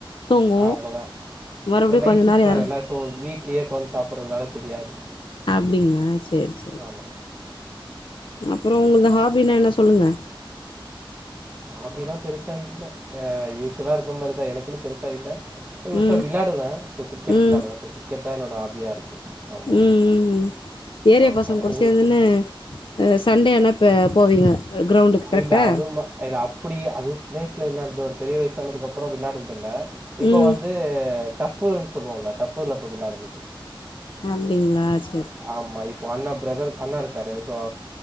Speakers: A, on the left; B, on the right.
A: தூங்குவோ
B: ஆ அவ்ளோதா
A: மறுபடியு
B: நைட்
A: கொஞ்ச
B: ஷிஃப்ட்
A: நேரோ
B: வேரல்ல
A: யாரு
B: சோ வீட்லேக்உகாந்த் சாப்றதுனால தெரியாது
A: அப்படிங்கள செரி செரி
B: ஆமா.
A: செரி அப்புற உங்களது ஹாபிலா என்ன சொல்லுங்க
B: ஹாபிலா பெருசா இல்ல அ யூஷுல இருக்க மாரி தா எனக்குனு பெருசா இல்ல யுசா
A: ம்
B: விளையாடுவே சோ கிரிக்கெட்
A: ம்
B: விளையாடுவே சோ கிரிக்கெட் தா என்னோட ஹாபியா இருக்கு ஆமா
A: ம் ம் ம் ஏரியா
B: ஆமா
A: பசங்க கூட
B: உங்களுக்கு
A: சேந்துன்னு அ சண்டே என்ன பே போவீங்க கிரௌண்டுக்கு கரெக்டா
B: இல்ல அதும இல்ல அப்டி அது சின்ன வயஸ்ல வெளியாண்டோ பெரிய வயசுானதுக்கப்அப்றோ விளானடுந்து தில்ல இப்போ
A: ம்
B: வந்து டஃபு சொல்வோல டஃப்புல இப்ப விளாடுது
A: அப்டிங்ளா செ
B: ஆமா இப்போ அண்ணே பிரதர் அண்ணா இருக்காரு ஆ